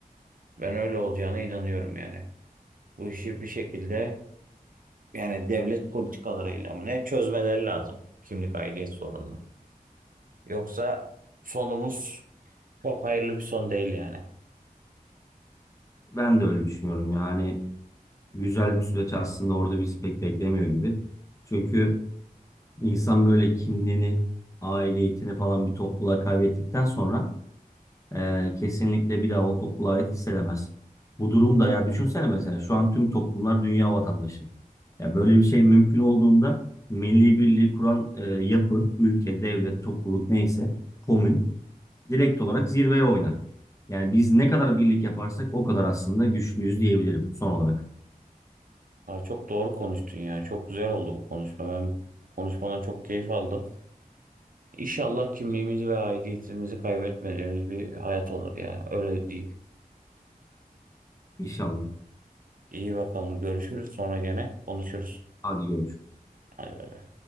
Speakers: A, on the right (about 65°); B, on the left (about 20°).
A: Ben öyle olacağına inanıyorum yani. Bu işi bir şekilde yani devlet politikalarıyla mı ne çözmeleri lazım kimlik aidiyet sorununu. Yoksa sonumuz çok hayırlı bir son değil yani.
B: Ben de öyle düşünüyorum yani güzel bir süreç aslında orada bizi pek beklemiyor gibi. Çünkü insan böyle kimliğini, aidiyetini falan bir topluluğa kaybettikten sonra eee, kesinlikle bir daha o topluluğa ait hissedemez. Bu durumda ya düşünsene mesela şu an tüm toplumlar dünya vatandaşı. Ya böyle bir şey mümkün olduğunda milli birliği kuran eee, yapı, ülke, devlet, topluluk neyse komün direkt olarak zirveye oynar. Yani biz ne kadar birlik yaparsak o kadar aslında güçlüyüz diyebilirim son olarak.
A: Aa, çok doğru konuştun ya. Çok güzel oldu bu konuşma. Ben konuşmadan çok keyif aldım. İnşallah kimliğimizi ve aidiyetimizi kaybetmediğimiz bir hayat olur ya. Öyle diyeyim.
B: İnşallah.
A: İyi bakalım. Görüşürüz. Sonra gene konuşuruz.
B: Hadi görüşürüz.
A: Hadi bay.